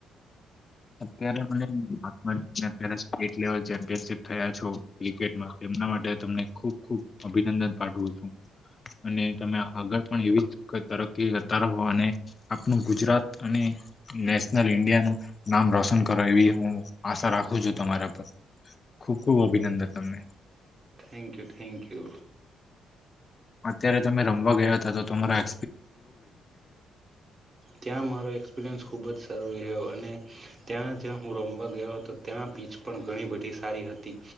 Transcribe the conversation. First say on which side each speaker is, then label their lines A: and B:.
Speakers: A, on the left; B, on the right.
A: અત્યારે મનેયારે સેટ લેવલ ચેમ્પયનશીપ થયા છો ક્રિકેટમાં એમના માટે તમને ખુબ ખુબ અભિનંદન પાઠવું છું. અને તમે આગળ પણ એવી જ તરક્કી કરતા રહો અને આપણું ગુજરાત અને નેશનલ ઇન્ડિયાનું નામ રોશન કરો એવી હું આશા રાખું છું તમારા પર ખૂબ ખૂબ અભિનંદન તમને
B: થેન્ક યુ થેન્ક યુ
A: અત્યારે તમે રમવા ગયા હતા તો તમારા
B: ત્યાં મારો એક્સપિરિયન્સ ખુબ જ સારો રહ્યો અને ત્યાં જ્યાં હું રમવા ગયો હતો ત્યાં પીચ પણ ઘણી બધી સારી હતી.